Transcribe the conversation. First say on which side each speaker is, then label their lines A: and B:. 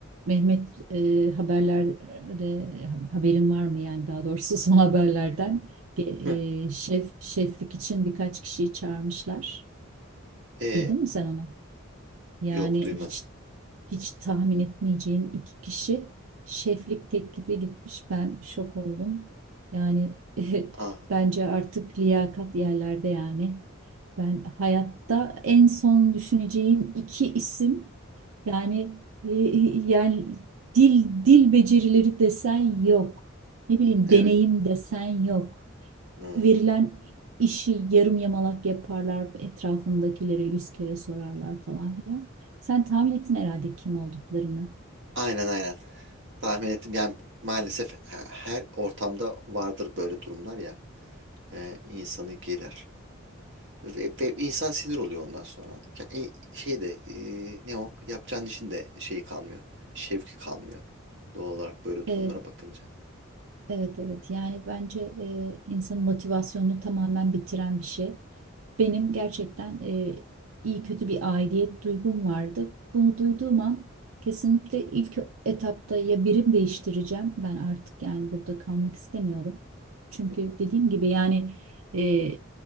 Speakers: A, on the right; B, on the right.
A: Mehmet e, haberlerde haberin var mı yani daha doğrusu <laughs> son haberlerden Ge-
B: Heh.
A: e, şef şeflik için birkaç kişiyi çağırmışlar.
B: E
A: Duydun mu sen onu? Yani
B: yok duymadım.
A: hiç hiç tahmin etmeyeceğin iki kişi şeflik teklifi gitmiş. Ben şok oldum. Yani <laughs>
B: Aa
A: bence artık liyakat yerlerde yani. Ben hayatta en son düşüneceğim iki isim yani e, e, yani dil dil becerileri desen yok. Ne bileyim
B: evet.
A: deneyim desen yok
B: Hmm.
A: verilen işi yarım yamalak yaparlar, etrafındakilere yüz kere sorarlar falan filan. Sen tahmin ettin herhalde kim olduklarını.
B: Aynen aynen. Tahmin ettim. Yani maalesef he- her ortamda vardır böyle durumlar ya. Ee, insanı gelir. Ve, ve insan sinir oluyor ondan sonra. Ya, e, Şey de e, ne o? Yapacağın işin de şeyi kalmıyor. Şevki kalmıyor. Doğal olarak böyle durumlara
A: Evet,
B: bakınca.
A: evet, evet. Yani bence e, insanın motivasyonunu tamamen bitiren bir şey. Benim
B: Hı hı,
A: gerçekten e, iyi kötü bir aidiyet duygum vardı. Bunu duyduğum an kesinlikle ilk etapta ya birim değiştireceğim. Ben artık yani burada kalmak istemiyorum. Çünkü
B: hı hı.
A: dediğim gibi yani e,